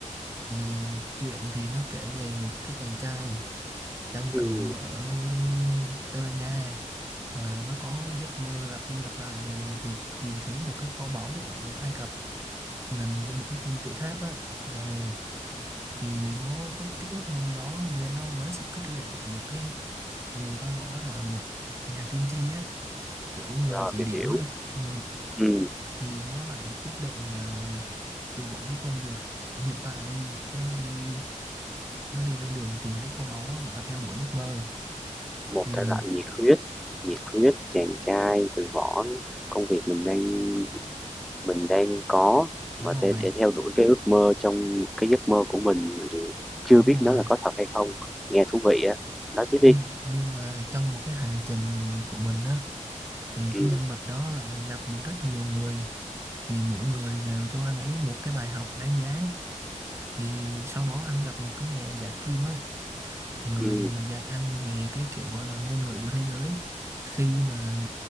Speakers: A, on the right (about 20°); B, in the centre.
A: Ờ, chuyện thì nó kể về một cái chàng trai chăn
B: Ừm,
A: cừu ở Tây Ban Nha và nó có giấc mơ lặp đi lặp lại về việc tìm thấy một cái kho báu ở Ai Cập gần với một cái kim tự tháp á Là- thì nó có một cái ước mơ đó nên nó với sự khích lệ của một cái người ta gọi đó là một nhà tiên tri á kiểu người
B: rồi,
A: chỉ
B: mình
A: điểm
B: hiểu.
A: á ừ.
B: Ừm,
A: thì nó lại quyết định là từ bỏ cái công việc hiện tại đi nó đi nó đi lên đường tìm cái kho báu đó gọi là theo đuổi giấc mơ
B: một
A: thì
B: thể loại nhiệt huyết, nhiệt huyết chàng trai từ bỏ công việc mình đang mình đang có
A: đúng
B: và
A: rồi
B: để để theo đuổi cái ước mơ trong cái giấc mơ của mình mà chưa chưa
A: đúng
B: biết
A: rồi
B: nó là có thật hay không. Nghe thú vị á, nói tiếp
A: nhưng
B: đi.
A: nhưng mà trong một cái hành trình của mình á thì
B: Ừm,
A: cái nhân vật đó lại gặp được rất nhiều người thì mỗi người đều cho anh ấy một cái bài học đáng giá thì sau đó anh gặp một cái nhà giả kim á người
B: ừm,
A: mà dạy anh về cái kiểu gọi là ngôn ngữ của thế giới khi mà